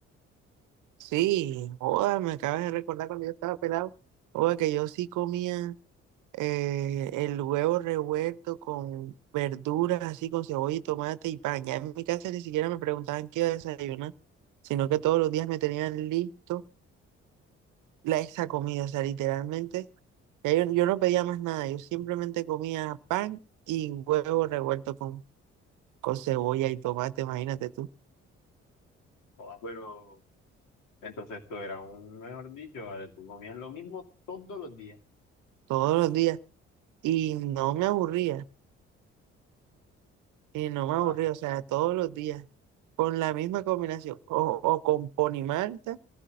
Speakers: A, on the right (about 65°); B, on the left (about 65°).
A: Sí, joda, me acabas de recordar cuando yo estaba pelado, joda, que yo sí comía eh, el huevo revuelto con verduras, así con cebolla y tomate y pan. Ya en mi casa ni siquiera me preguntaban qué iba a desayunar, sino que todos los días me tenían listo la, esa comida, o sea, literalmente, ya yo, yo no pedía más nada, yo simplemente comía pan y huevo revuelto con con cebolla y tomate, imagínate tú,
B: Joda, pero entonces tú eras un, mejor dicho, ¿vale? Tú comías lo mismo todos los días.
A: todos los días. Y no me aburría, y no
B: Joda,
A: me aburría, o sea, todos los días, con la misma combinación, o, o con pon malta